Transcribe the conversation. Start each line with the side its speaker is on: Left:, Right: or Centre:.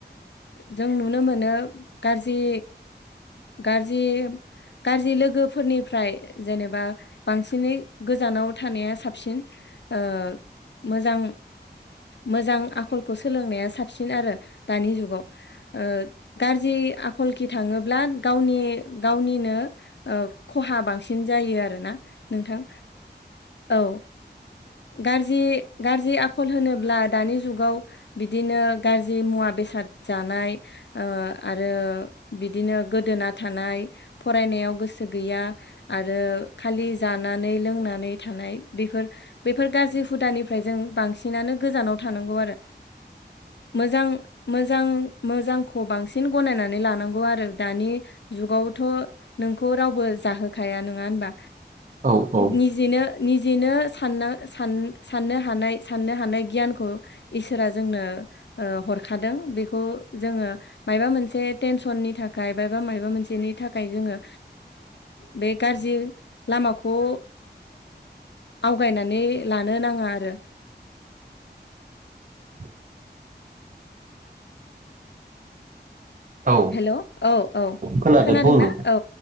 Left: जों नु नुनो मोनो गाज्रि गाज्रि गाज्रि लोगोफोरनिफ्राय जेनेबा बांसिनै गोजानाव थानाया साबसिन ओ मोजां मोजां आखलखौ सोलोंनाया साबसिन आरो दानि जुगाव ओ गाज्रि आखलखथिं थांङोब्ला गावनि गावनिनो खहा बांसिन जायो आरोना नोंथां औ गाज्रि गाज्रि आखल होनोब्ला दानि जुगाव बिदिनो गाज्रि मुवा बेसाद जानाय ओ आरो आरो बिदिनो गोदोना थानाय फरायनायाव गोसो गैया आरो खालि जानानै लोंनानै थानाय बेफोर बेफोर गाज्रि हुदानिफ्राय जों बांसिनानो गोजानाव थानांगौ आरो मोजां मोजां मोजांखौ बांसिन बांसिन गनायनानै लानांगौ आरो दानि जुगावथ' नोंखौ रावबो जाहोखाया नंङा होनबा
Right: औ औ
Left: <inaudible> निजेनो निजेनो साननान साननो हानाय साननो हानाय गियानखौ इसोरा जोंनो हरखादों बेखौ जोंङो मायबा मोनसे टेनसननि थाखाय बायबा माबा मोनसेनि थाखाय जोंङो बे ओ गाज ज्रि लामाखौ आवगायनानै लानो नांङा आरो
Right: <inaudible> औ
Left: हेलौ औ औ
Right: खोनादों
Left: खोनादोंना
Right: बुं नोंथां
Left: औ